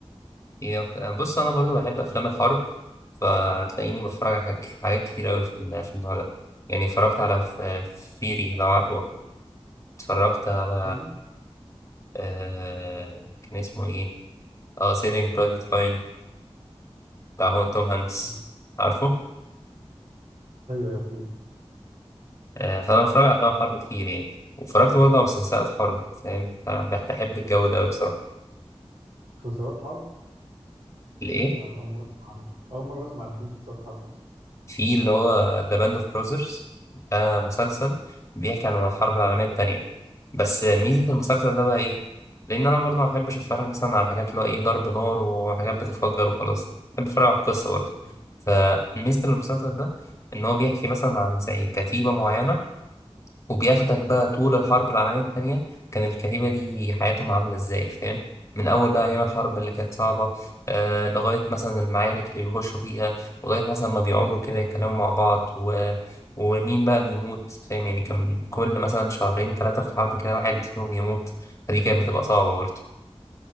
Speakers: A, on the left; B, on the right.
A: إيه أك- بص انا برضو بحب افلام الحرب فتلاقيني بتفرج على حاجات حاجات كتير قوي في ال- في النوع ده يعني اتفرجت على فيري لو عارفه اتفرجت على
B: أكيد.
A: آه كان اسمه ايه اه سيفينج برايفت راين بتاع هو توم هانكس
B: مم.
A: عارفه
B: ايوه ايوه اكيد
A: آه، فأنا بتفرج على أفلام حرب كتير يعني واتفرجت برضه على مسلسلات حرب فاهم فبحب الجو ده أوي بصراحة
B: مسلسلات حرب
A: الإيه
B: يعني اول مره اسمع عن اول مره اسمع ان في مسلسلات حرب اصلا
A: في اللي هو ذا باند أوف براذرز ده مسلسل بيحكي عن الحرب العالمية التانية بس ميزة المسلسل ده بقى إيه لأن أنا برضه ما بحبش أتفرج مثلا على حاجات اللي هو إيه ضرب نار وحاجات بتتفجر وخلاص بحب أتفرج على القصة برضه
B: مم.
A: فميزة المسلسل ده إن هو بيحكي مثلا عن زي كتيبة معينة وبياخدك بقى طول الحرب العالمية التانية كان الكتيبة دي حياتهم عاملة ازاي فاهم من أول بقى أيام الحرب اللي كانت صعبة آه لغاية مثلا المعارك اللي بيخشوا فيها لغاية مثلا ما بيقعدوا كده يتكلموا مع بعض و... ومين بقى بيموت فاهم يعني كان كل مثلا شهرين ثلاثة في الحرب كده واحد فيهم يموت فدي كانت بتبقى صعبة برضه